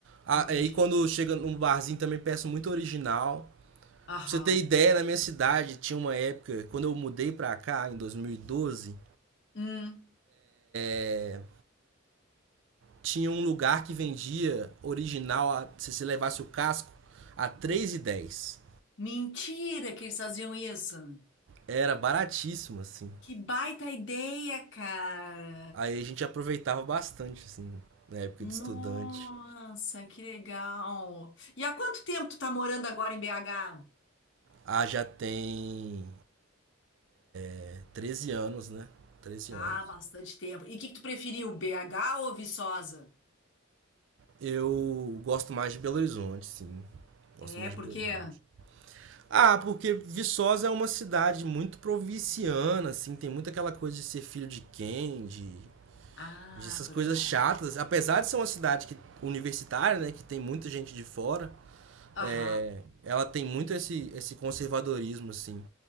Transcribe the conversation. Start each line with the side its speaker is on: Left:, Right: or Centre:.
Right: Ah,
Left: entendi.
Right: aí quando chega num barzinho também peço muito original.
Left: Aham.
Right: Pra você ter ideia, na minha cidade tinha uma época, quando eu mudei pra cá, em 2012,
Left: Hum.
Right: é, tinha um lugar que vendia original, a- se você levasse o casco, a três e dez
Left: Mentira que eles faziam isso.
Right: Era baratíssimo, assim.
Left: Que baita ideia, cara.
Right: Aí a gente aproveitava bastante, assim, na época
Left: Nossa,
Right: de estudante.
Left: que legal. E há quanto tempo tu tá morando agora em BH?
Right: Ah, já tem é, 13 anos, né? 13
Left: Ah,
Right: anos.
Left: bastante tempo. E o que que tu preferiu, BH ou Viçosa?
Right: Eu gosto mais de Belo Horizonte, sim. Gosto
Left: É,
Right: mais de
Left: por
Right: Belo
Left: quê?
Right: Horizonte. Ah, porque Viçosa é uma cidade muito provinciana, assim, tem muito aquela coisa de ser filho de quem, de,
Left: Ah,
Right: de essas
Left: tô
Right: coisas
Left: ligado.
Right: chatas. Apesar de ser uma cidade que, universitária, né, que tem muita gente de fora,
Left: Aham,
Right: É, ela tem muito esse, esse conservadorismo, assim.